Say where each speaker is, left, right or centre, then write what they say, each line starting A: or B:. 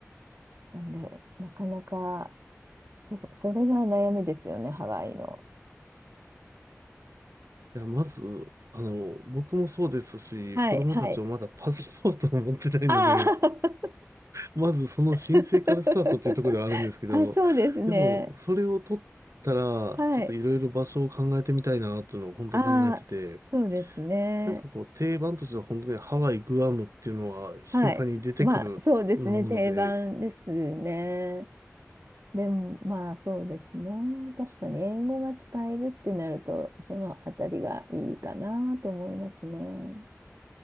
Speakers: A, on the right (about 60°); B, on the right (about 75°).
A: なんでなかなかそ、それが悩みですよねハワイの。
B: いや、まず、あの、僕もそうですし、
A: はい、
B: 子供たちもまだパスポートを持ってないので、
A: はい。ああ
B: まずその申請からスタートっていうところではあるんですけど、
A: <laughs> あ、そうですね。
B: でも、それを取ったら、
A: はい。
B: ちょっといろいろ場所を考えてみたいな、というのを本当に考えてて、
A: ああ、そうですね。
B: なんかこう、定番としては本当にハワイ、グアムっていうのは頻繁に出てくるもので、
A: はい。まあ、そうですね。定番ですね。でも、まあ、そうですね。確かに、英語が使えるってなると、そのあたりがいいかなと思いますね。